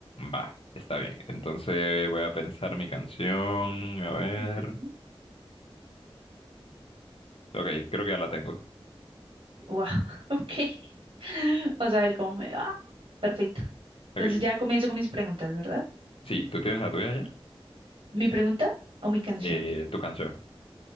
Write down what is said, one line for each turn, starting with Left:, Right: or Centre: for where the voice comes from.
Left: Va, está bien. Entonces voy a pensar mi canción. A ver.
Right: Ujú.
Left: Ok, creo que ya la tengo.
Right: Wow, <laughs> ok. <laughs> Vamos a ver cómo me va. Perfecto. Entonces
Left: Ok.
Right: ya comienzo con mis preguntas, ¿verdad?
Left: Sí, ¿tú tienes la tuya ya?
Right: ¿Mi pregunta o mi canción?
Left: Eh, tu canción.